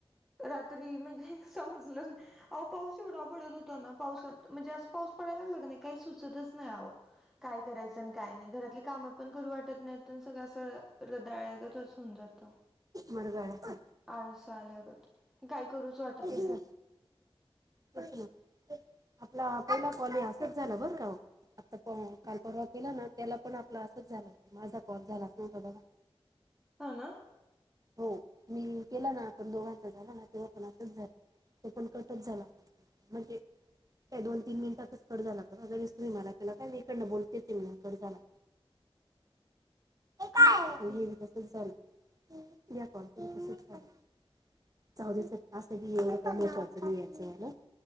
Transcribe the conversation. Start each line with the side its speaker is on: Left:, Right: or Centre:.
Centre: रात्री म्हणजे समजलं अहो पाऊस एवढा पडत होता ना पाऊसात म्हणजे अस पाऊस पडायला लागला का नाय काय सुचतच नाही आहो. काय करायचं अनं काय नाय घरातली कामं पण करू वाटत नाहीत अणि सगळं असं रदाळ्यागत होऊन जात.
Right: मरगळ्यांस
Centre: आळस आल्यागत काय करूच वाटत
Right: तेच
Centre: नाय.
Right: ना, तेच ना आपला पहिला कॉलही असाच झालं बरं का ओ आता प काल परवा केला ना त्याला पण आपला असंच झालं होत माझा कॉल झाला तुमचा झाला.
Centre: हो न
Right: हो मी केला ना आपण दोघांचा झाला ना तेव्हा पण आसाच झालं ते पण कटच झाला होता. म्हणजे काय दोन तीन मिनिटातच कट झाला होता ना लगेच तुम्ही मला केला काय मी इकडनं बोलतेचये म्हणून कट झाला.
Centre: <inaudible>
Right: आणि
Centre: माहिती
Right: हे बो तसच झालं यां कॉलच ही तसच झालं. जाऊदे चल असं बी ये काय महत्वाच नाय याच ना